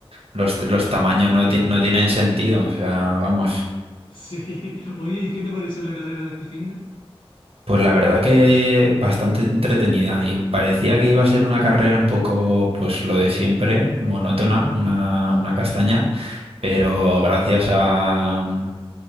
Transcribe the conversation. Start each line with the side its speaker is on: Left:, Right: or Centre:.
Right: los, los tamaños no, ti- no tienen sentido. O sea, vamos.
Left: Sí. Oye, ¿y qué te pareció la carrera de este finde?
Right: Pues la verdad que bastante entretenida y parecía que iba a ser una carrera un poco, pues lo de siempre, monótona, una, una castaña, pero gracias a, mm,